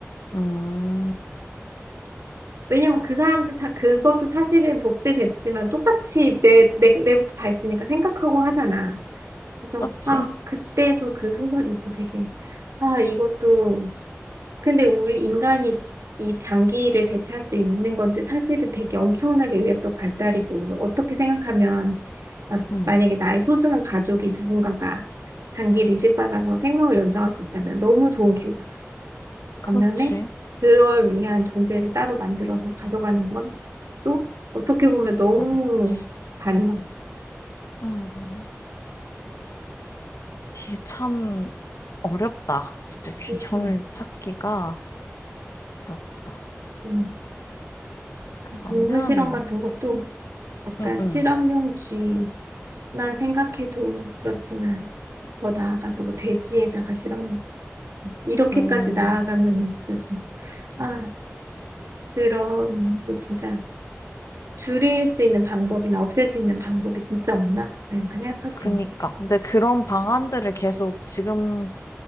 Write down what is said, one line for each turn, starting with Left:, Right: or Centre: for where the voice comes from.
Left: 음,
Right: 왜냐면 그 사람들, 사, 그것도 사실은 복제됐지만 똑같이 내, 내, 내부터 다 있으니까 생각하고 하잖아. 그래서,
Left: 그렇지.
Right: 아, 그때도 그 소설 읽고 되게, 아, 이것도 근데 우리 인간이 이 장기를 대체할 수 있는 건데 사실은 되게 엄청나게 의학적 발달이고 어떻게 생각하면 막
Left: 응
Right: 만약에 나의 소중한 가족이 누군가가 장기를 이식받아서 생명을 연장할 수 있다면 너무 좋은 기회잖아. 반면에
Left: 그렇지.
Right: 그럴 위한 존재를 따로 만들어서 가져가는 건 또 어떻게 보면 너무
Left: 어렵지.
Right: 잔인하고
Left: 음. 음. 이게 참 어렵다. 진짜 균형을
Right: 좀,
Left: 찾기가 어렵다.
Right: 음,
Left: 그러면,
Right: 동물 실험 같은 것도 약간
Left: 음, 음,
Right: 실험용 쥐 만 생각해도 그렇지만 더 나아가서 뭐 돼지에다가 실어놓고 이렇게까지
Left: 음,
Right: 나아가면 진짜 좀 아 그런 게 진짜 줄일 수 있는 방법이나 없앨 수 있는 방법이 진짜 없나 뭐 이렇게 생각하게
Left: 그니까.
Right: 되는 것 같아요.
Left: 근데 그런 방안들을 계속 지금